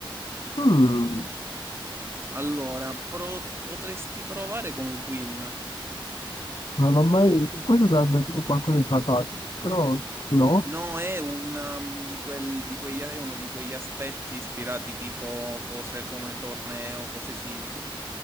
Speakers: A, on the left; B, on the right.
A: Mm,
B: Allora, pro- potresti provare con Queen.
A: non l'ho mai... Questo sarebbe tipo qualcosa di fatale, però no.
B: No, è una di, quel- di quegli, è uno di quegli aspetti ispirati tipo cose come torneo, cose simili.